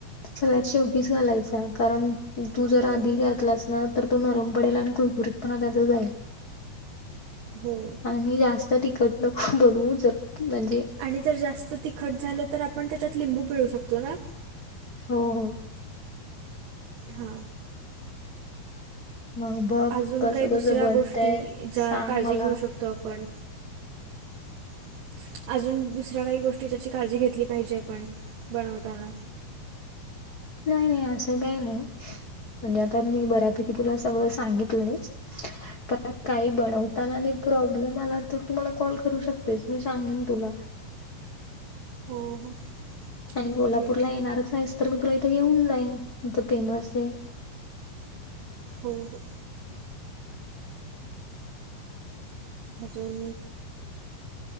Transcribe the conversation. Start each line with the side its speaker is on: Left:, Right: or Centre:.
Left: सगळ्यात शेवटीच घालायचा. कारण तू
Right: हो
Left: जर आधी
Right: हो.
Left: घातलास ना तर तो नरम पडेल आणि कुरकुरीतपना त्याचा जाईल.
Right: हो.
Left: आणि जास्त तिकट नक बनवू ज म्हणजे,
Right: आणि जर जास्त तिखट झालं तर आपण त्याच्यात लिंबू पिळू शकतो ना?
Left: हो हो.
Right: हा.
Left: मग बघ
Right: अजून
Left: कसं
Right: काही दुसऱ्या
Left: कसं बनतय
Right: गोष्टी, ज्या
Left: सांग
Right: काळजी
Left: मला
Right: घेऊ शकतो आपण. <inaudible> अजून दुसऱ्या काही गोष्टी ज्याची काळजी घेतली पाहिजे आपण बनवताना.
Left: नाही नाही असं काही नाही. म्हणजे आता मी बऱ्यापैकी तुला सगळं सांगितलंच. पण काही बनवताना आणि प्रॉब्लेम आला तर, तु मला कॉल करू शकतेस. मी सांगेन तुला.
Right: हो हो.
Left: आणि
Right: ठीक
Left: कोल्हापूर
Right: आहे
Left: ला येणारच आहेस तर मी तुला इथे येऊन लाईन इथं फेमस आहे
Right: हो हो. अजून